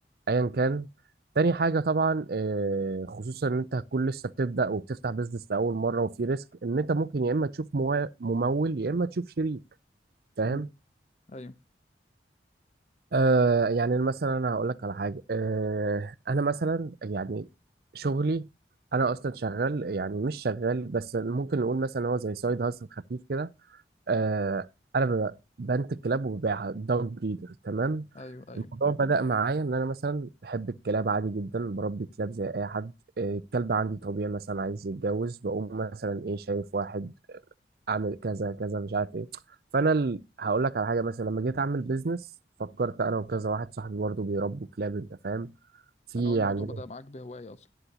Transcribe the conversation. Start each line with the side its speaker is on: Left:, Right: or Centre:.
Right: ايا كان تاني حاجه طبعا آه، خصوصا ان انت هتكون لسه بتبدا وبتفتح بيزنس لاول مره وفي ريسك ان انت ممكن يا اما تشوف موا- ممول يا اما تشوف شريك فاهم
Left: مم. ايوه
Right: آه يعني مثلا انا هقول لك على حاجه آه انا مثلا يعني شغلي انا اصلا شغال يعني مش شغال بس ممكن نقول مثلا هو زي سايد هاسل خفيف كده آه انا ب- بنت كلاب وببيعها دوج بريدر تمام
Left: ايوه ايوه
Right: الموضوع بدأ معايا ان انا مثلا بحب الكلاب عادي جدا بربي كلاب زي اي حد آه، الكلب عندي طبيعي مثلا عايز يتجوز بقوم مثلا ايه شايف واحد اعمل كذا كذا مش عارف ايه فانا ال- هقول لك على حاجه مثلا لما جيت اعمل بيزنس فكرت انا وكذا واحد صاحبي برضه بيربوا كلاب انت فاهم في
Left: انا اول الموضوع
Right: عندنا
Left: بدأ معاك بهواية اصلا